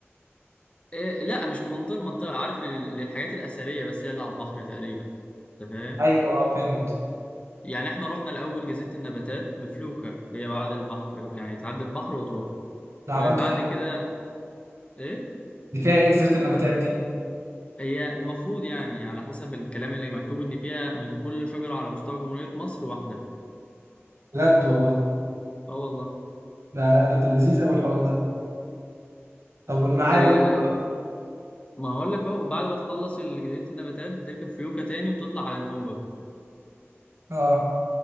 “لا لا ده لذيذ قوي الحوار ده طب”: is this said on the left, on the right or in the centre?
Right